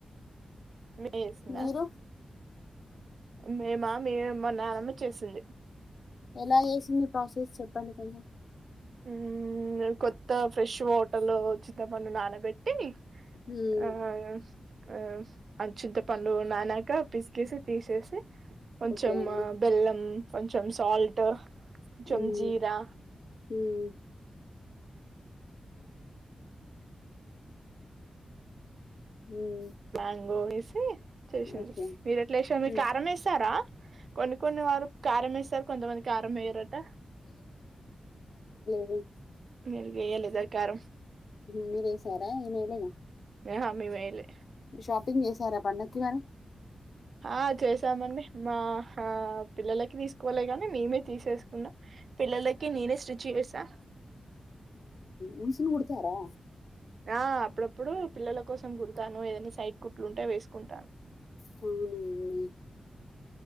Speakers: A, on the right (about 55°); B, on the left (about 55°).
A: నే చేసిందా
B: మీరు
A: మేమా మీ మా నాన్నమ్మే చేసింది
B: ఎలా చేసింది ప్రాసెస్ చెప్పండి కొంచెం
A: ఉమ్ కొత్త ఫ్రెష్ వోటల్లో చింతపండు నానబెట్టి
B: ఉమ్,
A: ఆ ఆ ఆ అ చింతపండు నాన్ నాక పిసికేసి తీసేసి కొంచం
B: ఓకే అండి
A: బెల్లం కొంచెం సల్ట్ జంజీరా
B: ఉమ్, ఉమ్, ఉమ్,
A: మ్యాంగోయిస్ సి చేసింది
B: ఓకే
A: మీరు ఎట్లాష మీకు
B: ఉమ్,
A: కారం వేస్తారా? కొను కొన్ని వారు కారంవెస్తారు, కొంతమంది కారం వెయ్యారట.
B: అ
A: మీరుగయ లేదా కారం.
B: మీరే సారా నేను ఎయలేనా
A: ఆహా మేము వేయలే
B: ష్ టిఫిన్ చేసారా పండగకి మరి
A: ఆ చేసామండి, మా ఆ పిల్లలకి తీసుకోలే కానీ మేమే తీసేసుకున్నాం. పిల్లలకి నేనే స్టిచ్ చేసాం.
B: ఊ మిషన్ కుడతారా
A: ఆ అప్పుడప్పుడు పిల్లల కోసం కుడతాను, ఏదనా సైడ్ కుట్లు ఉంటే వేసుకుంటాను.
B: అవునువును